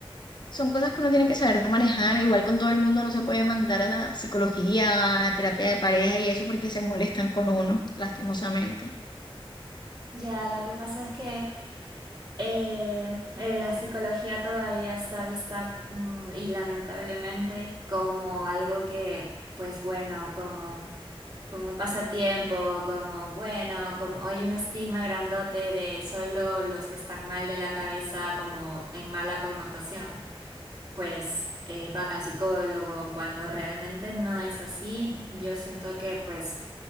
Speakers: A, on the left (about 50°); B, on the right (about 45°).
A: son cosas que uno tiene que saber manejar. Igual con todo el mundo no se puede mandar a la psicología, a terapia de pareja y eso porque se molestan con uno, lastimosamente.
B: Ya, lo que pasa es que eh, eh, la psicología todavía está vista mm, y lamentablemente como algo que, pues bueno, como como un pasatiempo, como bueno, como hay un estigma grandote de solo los que están mal de la cabeza, como en mala connotación, pues eh, van al psicólogo, cuando realmente no es así. Yo siento que pues